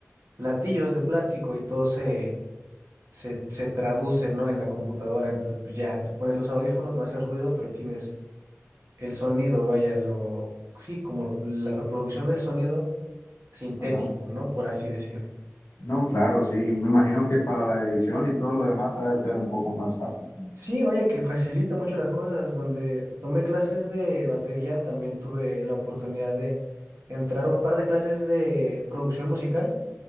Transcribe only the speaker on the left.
Ajá.
No, claro, sí. Me imagino que para la edición y todo lo demás ha de ser un poco más fácil.